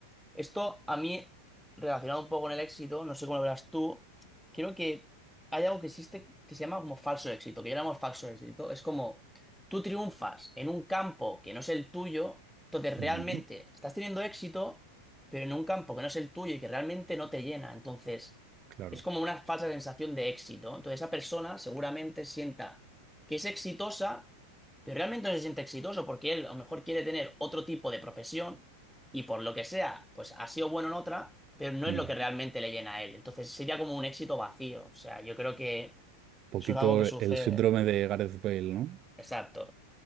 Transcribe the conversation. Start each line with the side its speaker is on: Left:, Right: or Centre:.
Centre: esto a mí, relacionado un poco con el éxito, no sé cómo lo verás tú, creo que hay algo que existe que se llama como falso éxito, que llamamos falso éxito. Es como tú triunfas en un campo que no es el tuyo, entonces
Right: ujú,
Centre: realmente estás teniendo éxito, pero en un campo que no es el tuyo y que realmente no te llena. Entonces
Right: claro.
Centre: es como una falsa sensación de éxito. Entonces esa persona seguramente sienta que es exitosa, pero realmente no se siente exitoso porque él a lo mejor quiere tener otro tipo de profesión y por lo que sea, pues ha sido bueno en otra, pero no
Right: un
Centre: es lo que realmente le llena a él. Entonces sería como un éxito vacío. O sea, yo creo que
Right: Poquito
Centre: eso es algo que sucede.
Right: el síndrome de Gareth Bale, ¿no?
Centre: Exacto.